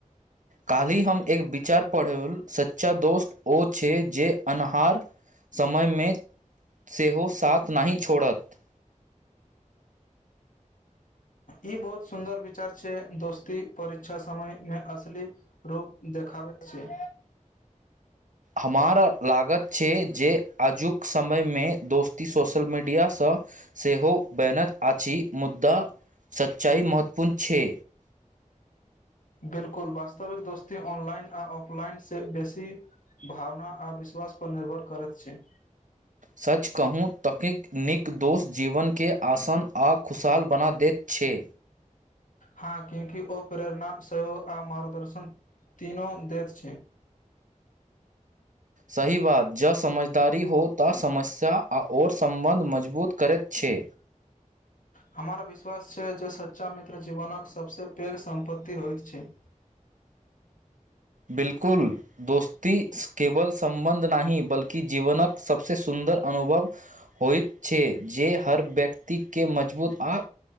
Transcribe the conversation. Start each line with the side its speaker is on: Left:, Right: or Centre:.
Right: काल्हि हम एक विचार पढ़ौ सच्चा दोस्त ओ छै जे अन्हार समयमे। सेहो। साथ नहि छोड़त।
Left: ई बहुत सुन्दर विचार छै दोस्ती परीक्षा समयमे असली रूप देखाबैत छै।
Right: हमरा लागत छै जे आजुक समयमे दोस्ती सोशल मीडियासँ सेहो बैनैत अछि मुदा सच्चाइ महत्वपूर्ण छै।
Left: बिलकुल वास्तविक दोस्ती ऑनलाइन आ ऑफलाइनसँ बेसी भावना आ विश्वासपर निर्भर करैत छै।
Right: सच कहूँ तकीक नीक दोष जीवनके आसान आ खुशहाल बना दैत छै।
Left: हँ क्यँकि ओ प्रेरणा सहयोग आ मार्गदर्शन तीनो दैत छै।
Right: सही बात जँ समझदारी हो तऽ समस्या आ आओर सम्बन्ध मजबूत करैत छै।
Left: हमर विश्वास छै जे सच्चा मित्र जीवनक सभसँ पैघ सम्पत्ति होइत छै।
Right: बिलकुल दोस्ती केवल। सं्बन्ध नहि बल्कि। जीवनक सभसँ सुन्दर अनुभव होइत छै जे हर व्यक्ति के मजबूत आ